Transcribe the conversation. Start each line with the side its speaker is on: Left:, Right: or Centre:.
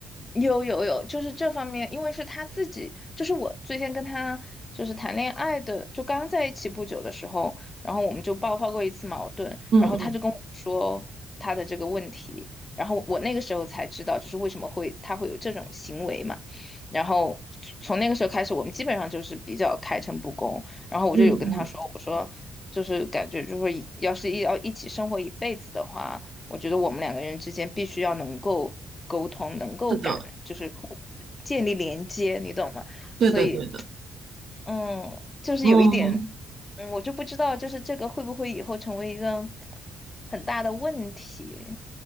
Left: 有有有，就是这方面，因为是他自己，就是我最先跟他就是谈恋爱的，就刚在一起不久的时候，然后我们就爆发过一次矛盾，
Right: 嗯嗯
Left: 然后他就跟我说他的这个问题，然后我那个时候才知道，就是为什么会他会有这种行为嘛，然后从那个时候开始，我们基本上就是比较开诚布公，然后我就有跟他说，
Right: 嗯嗯，
Left: 我说就是感觉就是要是要一起生活一辈子的话。我觉得我们两个人之间必须要能够沟通，能够感，
Right: 是的，
Left: 就是互建立连接，你懂吗？
Right: 对的对的，
Left: 所以，嗯，就是有一点，
Right: 嗯，
Left: 嗯，我就不知道，就是这个会不会以后成为一个很大的问题？